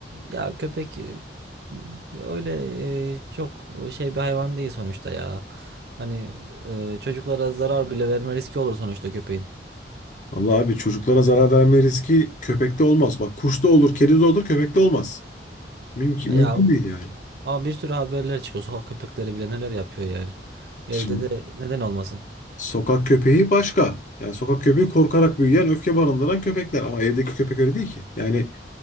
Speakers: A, on the right; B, on the left.
A: Ya köpek e, öyle e, çok şey bir hayvan değil sonuçta ya. Hani e, çocuklara zarar bile verme riski olur sonuçta köpeğin.
B: Vallahi abi çocuklara zarar verme riski köpekte olmaz. Bak kuşta olur, kedide olur, köpekte olmaz. Mümkün, mümkün
A: Ya
B: değil yani.
A: Ama bir sürü haberler çıkıyor. Sokak köpekleri bile neler yapıyor yani. Evde
B: Şimdi
A: de neden olmasın?
B: sokak köpeği başka. Yani sokak köpeği korkarak büyüyen, öfke barındıran köpekler. Ama evdeki köpek öyle değil ki. Yani